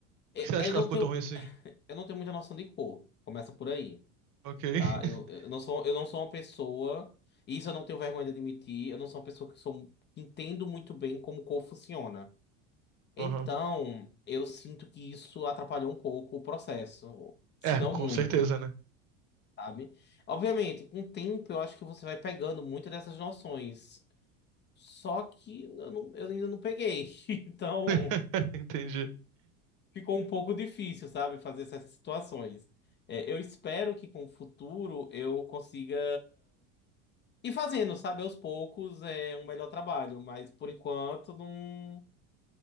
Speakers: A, on the left; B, on the right.
A: É,
B: Por que você acha
A: eu
B: que
A: não
B: ela ficou
A: tenho,
B: tão ruim assim?
A: eu não tenho muita noção de cor. Começa por aí.
B: Ok. <laughs>
A: tá? Eu, eu não sou, eu não sou uma pessoa, e isso eu não tenho vergonha de admitir, eu não sou uma pessoa que sou, que entendo muito bem como o corpo funciona. Então,
B: Aham.
A: eu sinto que isso atrapalhou um pouco o processo, se
B: É,
A: não
B: com
A: muito,
B: certeza, né?
A: sabe? Obviamente, com o tempo eu acho que você vai pegando muitas dessas noções. Só que eu, não- eu ainda não peguei. <laughs> Então,
B: <laughs> Entendi.
A: ficou um pouco difícil, sabe, fazer essas situações. É, eu espero que com o futuro eu consiga E fazendo, sabe, aos poucos é um melhor trabalho, mas por enquanto não,